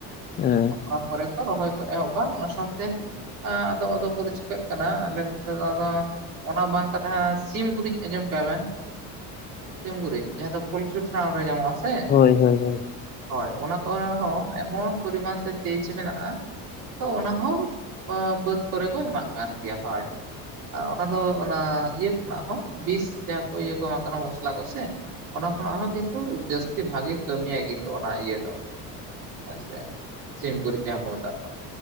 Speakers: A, on the left; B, on the right.
A: ᱦᱮᱸ
B: ᱟᱨ ᱯᱚᱨᱮ ᱠᱚ ᱨᱚᱦᱚᱭ ᱠᱚ ᱮᱦᱚᱵᱟ ᱚᱱᱟ ᱥᱟᱶ ᱛᱮ ᱟᱫᱚ ᱟᱫᱚ ᱠᱚᱫᱚ ᱪᱤᱠᱟᱹᱜ ᱠᱟᱱᱟ ᱟᱞᱮ ᱱᱚᱛᱮ ᱫᱚ ᱟᱫᱚ ᱚᱱᱟ ᱵᱟᱝ ᱠᱟᱛᱮ ᱥᱤᱢ ᱜᱩᱨᱤᱡ ᱟᱸᱡᱚᱢ ᱠᱟᱜ ᱵᱮᱱ ᱥᱤᱢ ᱜᱩᱨᱤᱡ ᱡᱟᱦᱟᱸ ᱫᱚ ᱯᱳᱞᱴᱨᱤ ᱯᱷᱟᱨᱢ ᱨᱮ ᱧᱟᱢᱚᱜ ᱟ ᱥᱮ
A: ᱦᱳᱭ ᱦᱳᱭ ᱦᱳᱭ
B: ᱦᱳᱭ ᱚᱱᱟ ᱠᱚᱨᱮ ᱦᱚᱸ ᱮᱢᱚᱱ ᱯᱚᱨᱤᱢᱟᱱ ᱛᱮ ᱛᱮᱡᱽ ᱢᱮᱱᱟᱜ-ᱟ ᱛᱚ ᱚᱱᱟ ᱦᱚᱸ ᱵᱟᱹᱫᱽ ᱠᱚᱨᱮ ᱠᱚ ᱮᱢᱟᱜ ᱠᱟᱱ ᱜᱮᱭᱟ ᱦᱳᱭ ᱟᱨ ᱚᱱᱟ ᱫᱚ ᱚᱱᱟ ᱤᱭᱟᱹ ᱠᱷᱚᱱᱟᱜ ᱦᱚᱸ ᱵᱤᱥ ᱡᱟᱦᱟᱸ ᱠᱚ ᱤᱭᱟᱹ ᱠᱚ ᱮᱢᱟᱜ ᱠᱟᱱᱟ ᱢᱚᱥᱞᱟ ᱠᱚᱥᱮ ᱚᱱᱟ ᱠᱷᱚᱱᱟᱜ ᱦᱚᱸ ᱠᱤᱱᱛᱩ ᱡᱟᱹᱥᱛᱤ ᱵᱷᱟᱜᱮ ᱠᱟᱹᱢᱤᱭᱟ ᱠᱤᱱᱛᱩ ᱚᱱᱟ ᱤᱭᱟᱹ ᱫᱚ ᱦᱮᱸᱥᱮ ᱥᱤᱢ ᱜᱩᱨᱤᱡ ᱡᱟᱦᱟᱸ ᱠᱚ ᱢᱮᱛᱟᱜ ᱠᱟᱱ